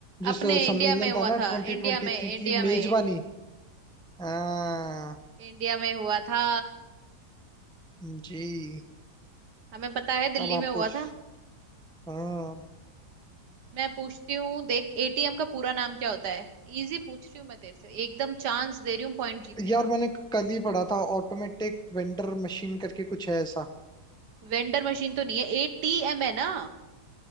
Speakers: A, in the centre; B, on the right.
A: जो
B: अपने
A: स- सम्मेलन
B: इंडिया में हुआ
A: था ना
B: था
A: ट्वेंटी
B: इंडिया
A: ट्वेंटी
B: में
A: थ्री
B: इंडिया
A: की
B: में
A: मेजबानी आ,
B: इंडिया में हुआ था
A: जी
B: हमें पता है दिल्ली
A: अब आप
B: में हुआ
A: पूछ
B: था
A: हाँ
B: मैं पूछती हूँ देख एटीएम का पूरा नाम क्या होता है इजी पूछ रही हूँ मैं तेरे से एकदम चांस दे रही हूँ पॉइंट जीतने
A: यार
B: का
A: मैंने कल ही पढ़ा था ऑटोमेटिक वेंडर मशीन करके कुछ है ऐसा
B: वेंडर मशीन तो नहीं है एटीएम है ना